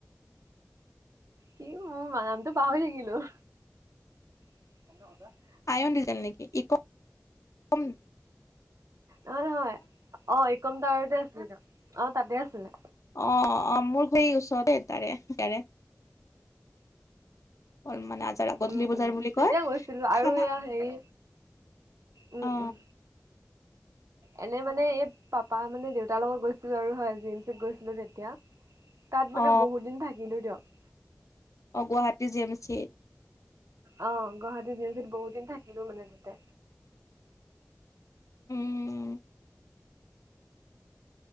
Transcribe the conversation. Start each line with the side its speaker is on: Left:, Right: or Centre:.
Right: কি মোৰ বানানটো পাহৰি থাকিলো <unintelligible>
Left: আইন দিজাইন নেকি ইক উম?
Right: নহয় নহয় অ একম টাৱাৰতে আছিলে ত অ তাতে আছিলে
Left: অ অ মোৰ সেই ওচৰতে তাৰে তাৰে অ মানে আজাৰ গধূলি
Right: উম
Left: বজাৰ
Right: উম
Left: বুলি
Right: তেতিয়া
Left: কয়
Right: গৈছিলো আৰু
Left: থানা
Right: এয়া হেৰি উম
Left: অ
Right: উম এনে মানে এই পাপা মানে দেউতাৰ লগত গৈছিলো আৰু হয় জিএমচিত গৈছিলো তেতিয়া তাত মানে
Left: অ
Right: বহুত দিন থাকিলো দিয়ক
Left: অ গুৱাহাটী জিএমচিত
Right: অ গুৱাহাটী জিএমচিত বহুত দিন থাকিলো মানে তাতে।
Left: উম